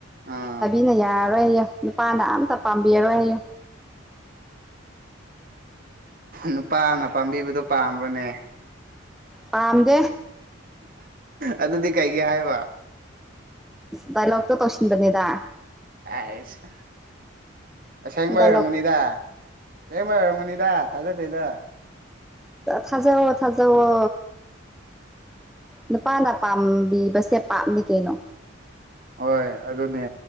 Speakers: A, on the right (about 45°); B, in the centre.
A: ꯑꯥ꯫
B: ꯁꯤꯅ ꯌꯥꯔꯔꯣꯏꯌꯦ ꯅꯨꯄꯥꯅ ꯑꯝꯇ ꯄꯥꯝꯕꯤꯔꯔꯣꯏꯌꯦ꯫
A: ꯅꯨꯄꯥꯅ ꯄꯥꯝꯕꯤꯕꯗꯣ ꯄꯥꯝꯕꯔꯅꯦ꯫
B: ꯄꯥꯝꯗꯦ꯫
A: ꯑꯗꯨꯗꯤ ꯀꯩꯒꯤ ꯍꯥꯏꯕ꯫
B: ꯗꯥꯏꯂꯣꯛꯇꯣ ꯇꯧꯁꯤꯟꯕꯅꯤꯗ꯫
A: ꯑꯩꯁ ꯑꯁꯦꯡꯕ
B: ꯗꯥꯏꯂꯣꯛ
A: ꯑꯣꯏꯔꯝꯒꯅꯤꯗ꯫ ꯑꯁꯦꯡꯕꯩ ꯑꯣꯏꯔꯝꯒꯅꯤꯗ ꯊꯥꯖꯗꯦꯗ꯫
B: ꯊꯥꯖꯧꯋꯣ ꯊꯥꯖꯧꯋꯣ꯫ ꯅꯨꯄꯥꯅ ꯄꯥꯝꯕꯤꯕꯁꯦ ꯄꯥꯞꯅꯤ ꯀꯩꯅꯣ꯫
A: ꯍꯣꯏ ꯑꯗꯨꯅꯦ